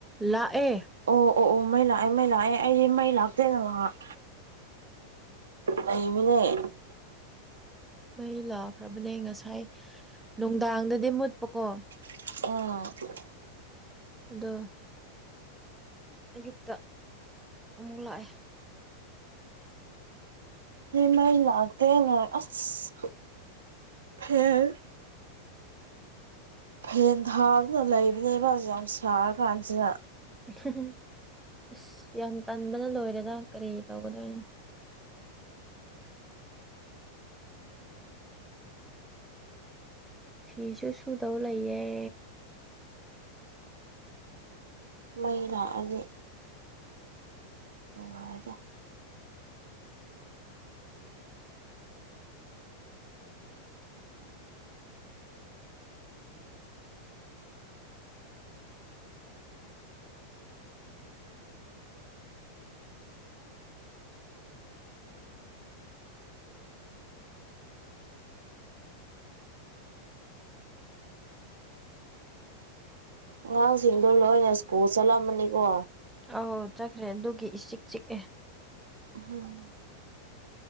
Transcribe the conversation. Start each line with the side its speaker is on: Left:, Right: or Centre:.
Centre: ꯂꯥꯛꯑꯦ
Right: ꯑꯣ ꯑꯣ ꯑꯣ ꯃꯩ ꯂꯥꯛꯑꯦ ꯃꯩ ꯂꯥꯛꯑꯦ ꯑꯩꯗꯤ ꯃꯩ ꯂꯥꯛꯇꯦꯅ ꯉꯍꯥꯛ ꯂꯩꯝꯃꯤꯅꯦ
Centre: ꯃꯩ ꯂꯥꯛꯈ꯭ꯔꯕꯅꯦ ꯉꯁꯥꯏ ꯅꯨꯡꯗꯥꯡꯗꯗꯤ ꯃꯨꯠꯄꯀꯣ
Right: ꯑ
Centre: ꯑꯗꯣ ꯑꯌꯨꯛꯇ ꯑꯃꯨꯛ ꯂꯥꯛꯑꯦ
Right: ꯃꯩ ꯂꯥꯛꯇꯦꯅ ꯑꯁ <unintelligible> ꯐꯦꯟ ꯊꯥꯗꯨꯅ ꯂꯩꯕꯅꯦꯕ ꯌꯥꯝ ꯁꯥꯔ ꯀꯥꯟꯁꯤꯗ
Centre: <unintelligible> ꯑꯁ ꯌꯥꯝ ꯇꯟꯕꯅ ꯂꯣꯏꯔꯦꯗ ꯀꯔꯤ ꯇꯧꯒꯗꯣꯏꯅꯣ ꯐꯤꯁꯨ ꯁꯨꯗꯧ ꯂꯩꯥꯌꯦ
Right: ꯃꯩ ꯂꯥꯛꯑꯗꯤ <unintelligible> ꯑꯉꯥꯡꯁꯤꯡꯗꯣ ꯂꯣꯏꯅ ꯁ꯭ꯀꯨꯜ ꯆꯠꯂꯝꯃꯅꯤꯀꯣ
Centre: ꯑꯧ ꯆꯠꯈ꯭ꯔꯦ ꯑꯗꯨꯒꯤ ꯏꯆꯤꯛ ꯆꯤꯛꯑꯦ
Right: ꯑꯍꯝ